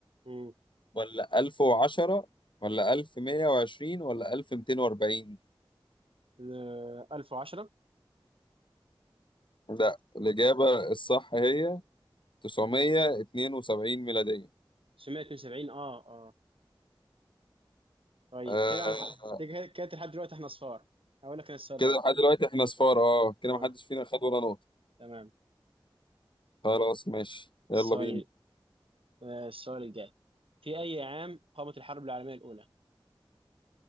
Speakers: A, on the right; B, on the left.
A: أمم.
B: ولا 1010 ولا 1120 ولا 1240
A: ل- 1010
B: لا الإجابة الصح هي 972 ميلاديا
A: 972 اه اه طيب
B: آه،
A: كده أنا الحق- كده كده لحد دلوقتي احنا صفار هقول لك أنا السؤال
B: كده
A: بقى
B: لحد دلوقتي احنا صفار اه كده
A: اه
B: محدش فينا خد ولا نقطة
A: تمام
B: خلاص ماشي يلا
A: السؤال
B: بينا
A: آه، السؤال الجاي في أي عام قامت الحرب العالمية الأولى؟